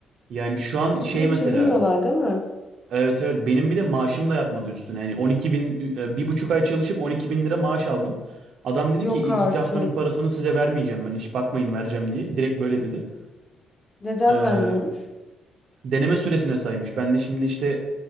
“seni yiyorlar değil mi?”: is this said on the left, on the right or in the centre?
Left